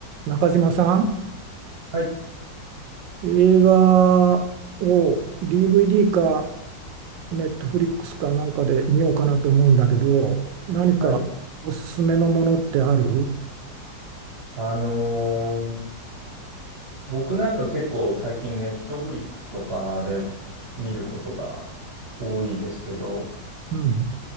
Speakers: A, on the right (about 80°); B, on the right (about 40°).
A: 中島さん、
B: はい。
A: 映画を DVD かネットフリックスかなんかで見ようかなと思うんだけど、何かおすすめのものってある
B: はい。あのー僕なんか結構最近ネットフリックスとかで見ることが多いですけど、
A: うん。